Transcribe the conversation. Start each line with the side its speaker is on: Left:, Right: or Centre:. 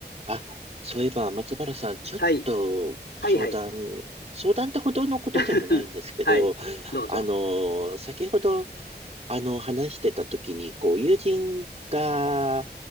Right: あ、そういえば、松原さん、ちょっと相談、
Left: はい。はいはい。
Right: 相談ってほどのことでもないんですけど、
Left: <laughs> はい。どうぞ。
Right: あの、先ほど、あの、話してた時に、こう、友人が、